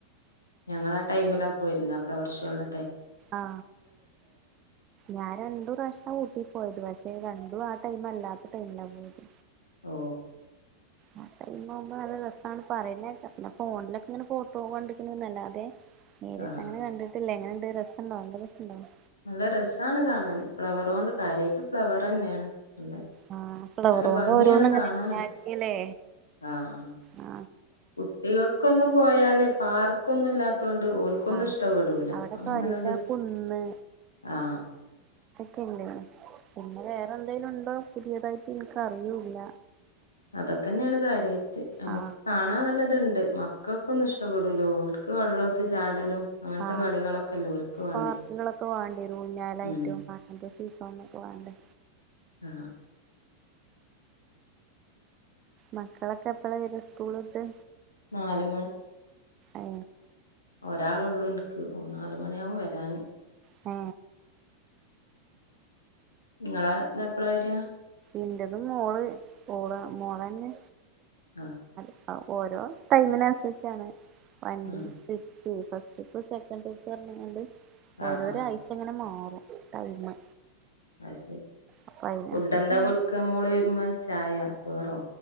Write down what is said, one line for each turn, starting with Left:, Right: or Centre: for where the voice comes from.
Left: ഞങ്ങള ആ ടൈമിലാ പോയിരുന്നേ ഫ്ലവർഷോള്ള
Right: ആ ഞാൻ രണ്ടു പ്രാവശ്യാ ഊട്ടി പോയത് പക്ഷേ രണ്ടു ആ ടൈമ അല്ലാത്ത ടൈമിലാ പോയത്
Left: ഓ
Right: ആ ടൈം ആകുമ്പോ നല്ല രസാണ് പറയുന്ന കേക്കാം പിന്നെ ഫോണിലൊക്കെ ഇങ്ങനെ ഫോട്ടോ കണ്ടിരിക്കുന്നൂന്നല്ലാതെ നേരിട്ടങ്ങനെ
Left: ആഹ്
Right: കണ്ടിട്ടില്ല എങ്ങനെ രസ്സൊണ്ടാവും നല്ല രസ്സൊണ്ടാവും
Left: നല്ല രസ്സാണ് കാണാന് ഫ്ലവറ് കൊണ്ട് കാര്യായിട്ട് ഫ്ലവറ് തന്നെയാണ് നല്ല
Right: ആ ഫ്ലവറ്
Left: നല്ല
Right: കൊണ്ട്
Left: ഭംഗിയാണ്
Right: ഓരോന്ന് ഇങ്ങനെ
Left: കാണാനാ
Right: ഇണ്ടാക്കിയല്ലേ
Left: ആഹ്
Right: ആ
Left: കുട്ടികൾക്കൊന്നും പോയാല് പാർക്കൊ ന്ന <unintelligible> ത്തൊണ്ട് ഓർക്കൊന്നും
Right: ആ
Left: ഇഷ്ടപ്പെടൂല്ല
Right: അവിടെ
Left: അങ്ങനെ
Right: കാര്യായിട്ട്
Left: ജസ്റ്റ്
Right: ആ കുന്ന്
Left: ആ
Right: പിന്നെ പിന്നെ വേറെന്തേലും ഉണ്ടോ പുതിയതായിട്ട് എനിക്കറിയൂല്ല
Left: അതൊക്കെന്നെയാണ് കാര്യായിട്ട് നമ്മുക്ക്
Right: ആ
Left: കാണാൻ നല്ലത് ണ്ട് മക്കൾക്കൊന്നും ഇഷ്ടപ്പെടൂലാ ഓർക്ക് വെള്ളത്തി ചാടലും അങ്ങനത്തെ
Right: ആ
Left: കളികളൊക്കെല്ലേ ഓൽക്ക് വാണ്ടിയെ
Right: പാർക്കുകളൊക്കെ വേണ്ടിരുന്നു ഊഞ്ഞാലായിട്ടും
Left: ഉം
Right: പതിന <unintelligible> അങ്ങനെയൊക്കെ വണ്ടേ
Left: ആ
Right: മക്കളൊക്കെ എപ്പഴാ വരാ സ്കൂള് വിട്ട്
Left: നാല്
Right: ഏ
Left: ഒരാളേ ഒള്ളു എനിക്ക് ഓൻ നാലു മണിയാവും വരാന്
Right: ആ
Left: ങ്ങളെ ഇന്നെപ്പളാ വരാ
Right: എന്റതും മോള് മോള് മോള് തന്നെ
Left: ആ
Right: ആ ഓരോ ടൈമിനനുസരിച്ചാണ് വണ്ടി
Left: ആഹ്
Right: <unintelligible> ഫസ്റ്റ് ട്രിപ്പ്‌ സെക്കൻട്രിപ്പ്‌ അങ്ങനൊണ്ട്
Left: ആഹ്
Right: ഓരോരോ
Left: ആഹ്
Right: ആഴ്ച അങ്ങനെ മാറും ടൈമ്
Left: അത് ശരി
Right: അപ്പൊ അതിനനുസരിച്ച്
Left: ഫുഡെന്താ കൊടു ക്ക മോള് വരുമ്പോ ചായാ ചോറോ